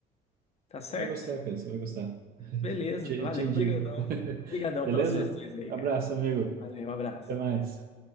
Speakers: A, on the left; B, on the right.
A: tá certo?
B: vai gostar, cara, você vai gostar.
A: Beleza,
B: Te,
A: valeu,
B: te indico.
A: obrigadão. Obrigadão
B: <laughs> Beleza?
A: pelas sugestões aí,
B: Abraço,
A: cara.
B: amigo.
A: Valeu, um abraço.
B: Até mais.